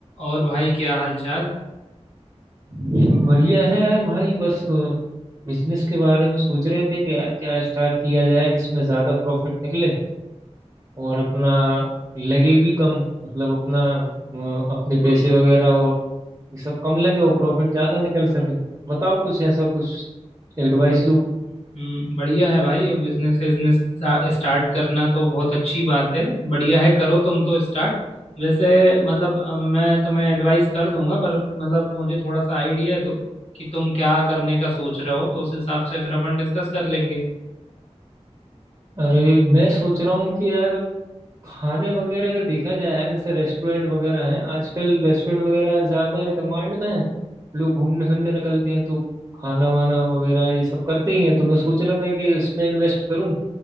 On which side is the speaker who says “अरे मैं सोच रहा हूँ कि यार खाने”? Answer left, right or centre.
Right